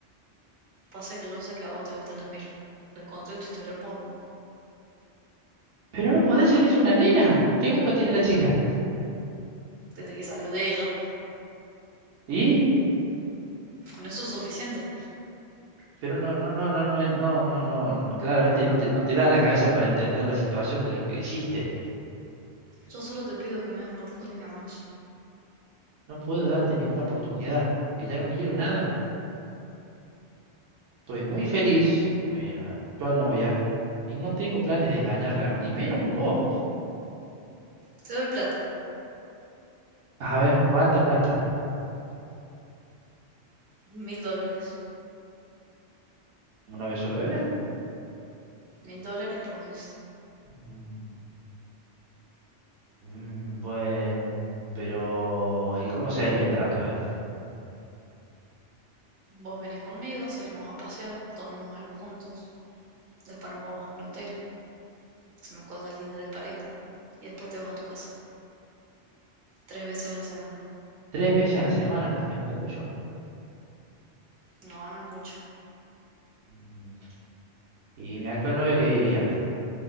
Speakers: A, on the right (about 55°); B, on the right (about 85°).
A: Pasa que yo sé que a vos te gustan las mil. Lo encontré en tu historial porno.
B: Pero no podés hacerle eso a una nena. ¿Qué culpa tiene la chica?
A: Desde que salió de ella.
B: ¿Y?
A: Con eso es suficiente.
B: Pero no, no, no, no, no, es- no, no, no, claramente no te, no te da la cabeza para entender la situación de lo que hiciste.
A: Yo solo te pido que me des una oportunidad más.
B: No puedo darte ninguna oportunidad porque ya no quiero nada. Estoy muy feliz con mi actual novia y no tengo planes de engañarla, y menos con vos.
A: Te doy plata.
B: A ver, ¿cuánta plata?
A: Mil dólares.
B: ¿Una vez sola vez?
A: mil dólares por mes.
B: Mm, mm, buen, pero ¿y cómo sería el trato, eh?
A: Vos venís conmigo, salimos a pasear, tomamos algo juntos, después nos vamos a un hotel, hacemos cosas lindas de pareja y después te vas a tu casa, tres veces a la semana.
B: ¿Tres veces a la semana? Es mucho.
A: No, no es mucho.
B: Mm, ¿Y mi actual novia qué diría?